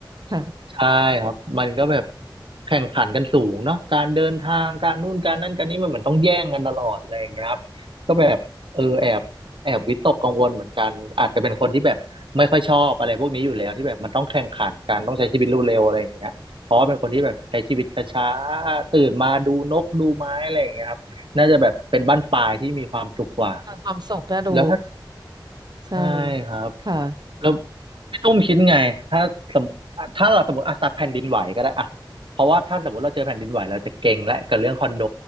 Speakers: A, on the right; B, on the right.
A: ค่ะ
B: ใช่ครับ มันก็แบบแข่งขันกันสูงเนาะการเดินทางการนู่นการนั่นการนี้มันเหมือนต้องแย่งกันตลอดอะไรอย่างเงี้ยครับก็แบบเออแอบแอบวิตกกังวลเหมือนกันอาจจะเป็นคนที่แบบไม่ค่อยชอบอะไรพวกนี้อยู่แล้วที่แบบมันต้องแข่งขันกันต้องใช้ชีวิตเร็วๆอะไรอย่างเงี้ยเพราะว่าเป็นคนที่แบบใช้ชีวิตช้าๆตื่นมาดูนกดูไม้อะไรอย่างเงี้ยครับน่าจะแบบเป็นบั้นปลายที่มีความสุขกว่า
A: ทำความสุขน่าดู
B: แล้วถ้า
A: ใช่
B: ใช่ครับ
A: ค่ะ
B: แล้วพี่ตุ้มคิดไงถ้าสมมติถ้าเราสมมติอ่ะตัดแผ่นดินไหวก็ได้อ่ะเพราะว่าถ้าสมมติเราเจอแผ่นดินไหวเราจะเก่งและกับเรื่องคอนโด